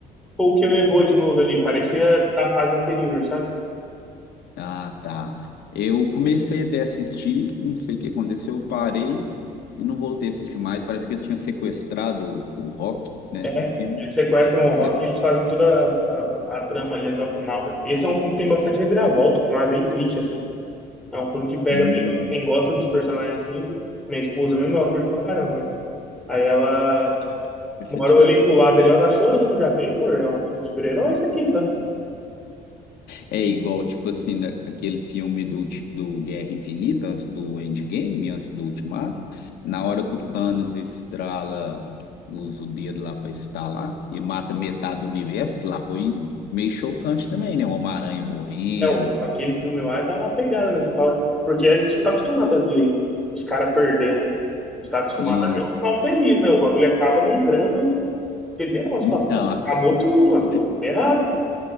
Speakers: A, in the centre; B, on the left.
A: foi o que levou de novo ali. Parecia da fase anterior, sabe?
B: Ah, tá. Eu comecei até a assistir, não sei o que aconteceu, eu parei e não voltei a assistir mais. Parece que eles tinham sequestrado o, o Rock, né,
A: É,
B: no filme.
A: eles sequestram o Rock
B: E de-
A: e eles fazem toda a, a trama ali até o final, né? Esse é um filme que tem bastante reviravolta, o final é bem triste, assim. É um filme que pega
B: Hum,
A: bem no- quem gosta dos personagens, assim. Minha esposa mesmo, ela curte pra caramba, né? Aí ela,
B: tô chateado.
A: uma hora eu olhei pro lado ali, ela tá chorando já. Falei, amor, é um filme de super-herói isso aqui, tá?
B: É igual, tipo assim, na- aquele filme do, Ti- do Guerra Infinita, antes do Endgame, antes do Ultimato, na hora que o Thanos estrala, usa o dedo lá pra estalar e mata metade do universo, que lá foi meio chocante também, né? O Homem-Aranha morrendo,
A: É, o, aquele filme lá dá uma pegada, né? Você fala, porque a gente não tá acostumado a ver os caras perder, né? A gente tá acostumado
B: isso.
A: a ver o final feliz, né? O bagulho acaba num drama federal. Você
B: Então,
A: fala, pô,
B: a-
A: acabou tudo, mano. Deu
B: fi-
A: errado.